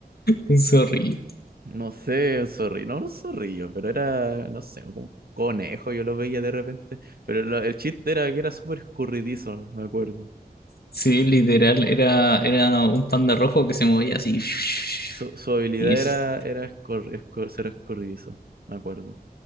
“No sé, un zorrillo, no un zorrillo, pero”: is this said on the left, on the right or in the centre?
Right